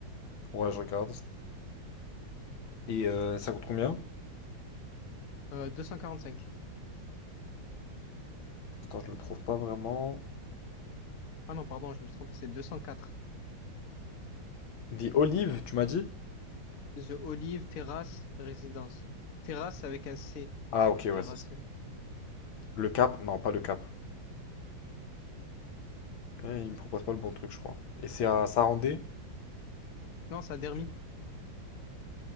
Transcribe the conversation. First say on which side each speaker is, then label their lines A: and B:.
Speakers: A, on the left; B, on the left.
A: Ouais, je regarde. Et euh, ça coûte combien?
B: Euh, 245.
A: Attends, je le trouve pas vraiment.
B: Ah non, pardon, je me suis trompé, c'est 204.
A: The Olive, tu m'as dit?
B: The Olive Terrace Résidence. Terrace avec un C.
A: Ah, ok,
B: Terrace.
A: ouais, c'est ça. Le Cap? Non, pas le Cap. Eh, il me propose pas le bon truc, je crois. Et c'est à Sarandé?
B: Non, ça a dermis.